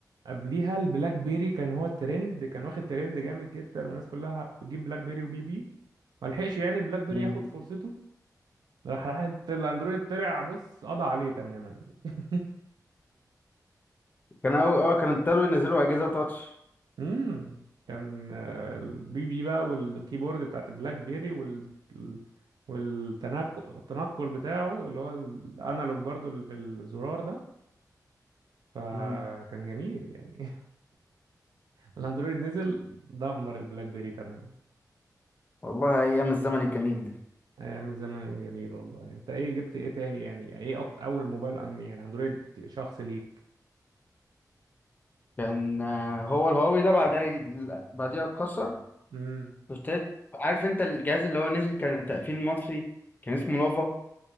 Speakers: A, on the right; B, on the left.
A: قبليها البلاك بيري كان هو الترند كان واخد ترند جامد جدا والناس كلها بتجيب بلاك بيري وبي بي ما لحقش يعني بلاك بيري
B: مم.
A: ياخد فرصته راح راح الاندرويد طلع بص قضى عليه تماما <laughs>
B: كان أول أه كان ابتدوا ينزلوا أجهزة تاتش
A: امم كان آه، البي بي بقى والكيبورد بتاعت البلاك بيري وال والتنقل التنقل بتاعه اللي هو الانالوج برضو اللي في الزرار ده فكان
B: مم.
A: جميل يعني <laughs> الاندرويد نزل دمر البلاك بيري تماما
B: والله أيام الزمن الجميل ده
A: ايام الزمن جميل والله انت ايه جبت ايه تاني يعني ايه أكتر اول موبايل أن يعني اندرويد شخص ليك
B: كان آه، هو الهواوي ده بعدها بعديها اتكسر
A: امم
B: اشتريت عارف أنت الجهاز اللي هو نزل كان تقفيل مصري كان اسمه لافا